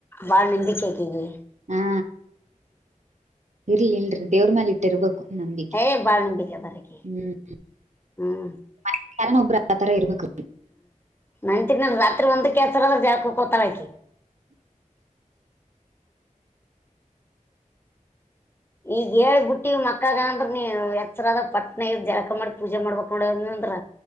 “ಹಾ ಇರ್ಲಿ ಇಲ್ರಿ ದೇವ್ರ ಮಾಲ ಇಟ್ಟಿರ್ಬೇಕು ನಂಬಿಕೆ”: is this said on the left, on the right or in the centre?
Right